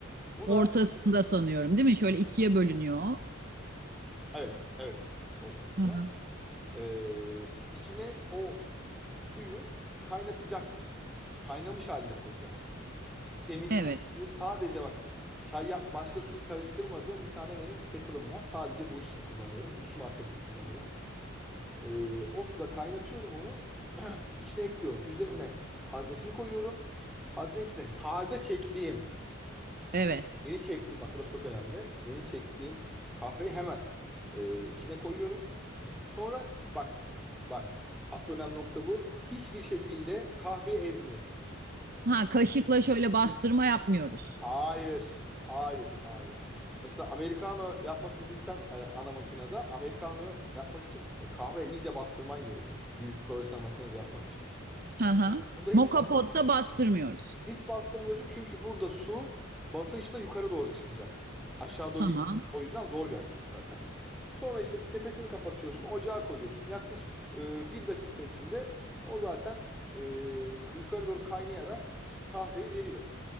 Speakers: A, in the centre; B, on the right.
A: Buna
B: Ortasında sanıyorum, değil mi? Şöyle ikiye bölünüyor.
A: evet evet ortasında
B: Hı hı.
A: e, içine o suyu kaynatacaksın. Kaynamış haline koyacaksın. Temiz
B: Evet,
A: temiz sadece bak çay yap başka suyu karıştırmadığım bir tane benim kettle'ım var. Sadece bu iş için kullanıyorum. Bu su markasını kullanıyorum. Ee, o suda kaynatıyorum onu. <clears throat> içine ekliyorum. Üzerine haznesini koyuyorum. Haznenin içine taze çektiğim,
B: evet.
A: yeni çektiğim bak burası çok önemli. Yeni çektiğim kahveyi hemen e, içine koyuyorum. Sonra bak bak asıl önemli nokta bu. Hiçbir şekilde kahveyi ezmiyorsun.
B: Ha, kaşıkla şöyle bastırma yapmıyoruz.
A: Hayır. Hayır. Hayır. Mesela americano yapmasını bilsen e, ana makinede americano yapmak için e, kahve iyice bastırman gerekir. Büyük profesyonel makinede yapmak için.
B: Hı hı.
A: Burada hiç
B: Moka potta bastırmıyoruz.
A: hiç bastırmıyorsun çünkü burada su basınçla yukarı doğru çıkacak. Aşağı doğru
B: Tamam.
A: in. O yüzden zor bir hareket zaten. Sonra işte tepesini kapatıyorsun, ocağa koyuyorsun. Yaklaşık e, bir dakika içinde o zaten e, yukarı doğru kaynayarak kahveyi veriyor.